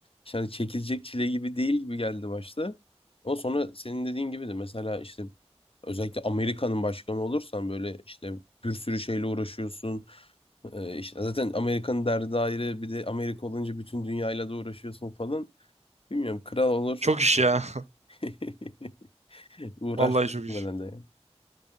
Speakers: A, on the left (about 55°); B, on the right (about 80°).
A: İşte hani çekilecek çile gibi değil gibi geldi başta. Ama sonra senin dediğin gibi de mesela işte özellikle Amerika'nın başkanı olursan böyle işte bir sürü şeyle uğraşıyorsun. Ee, işte zaten Amerika'nın derdi ayrı bir de Amerika olunca bütün dünyayla da uğraşıyorsun falan. Bilmiyorum kral olur
B: Çok iş ya.
A: <laughs>
B: <laughs>
A: uğraşmaz
B: Vallahi çok
A: herhalde
B: iş.